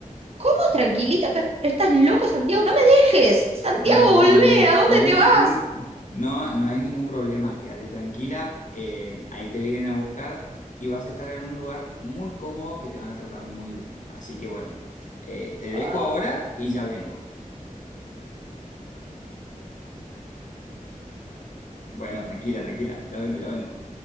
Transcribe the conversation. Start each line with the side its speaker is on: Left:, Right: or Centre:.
Right: ¿Cómo tranquilita? Pero estás loco, Santiago, no me dejes. Santiago,
Left: No,
Right: volvé,
Left: no hay, ni-
Right: ¿a dónde
Left: no hay
Right: te
Left: ningún,
Right: vas?
Left: no, no hay ningún problema, quédate tranquila, eh, ahí te vienen a buscar y vas a estar en un lugar muy cómodo que te van a tratar muy bien. Así que bueno, eh, te
Right: Ah.
Left: dejo ahora y ya vengo. Bueno, tranquila, tranquila, ya vengo, ya vengo.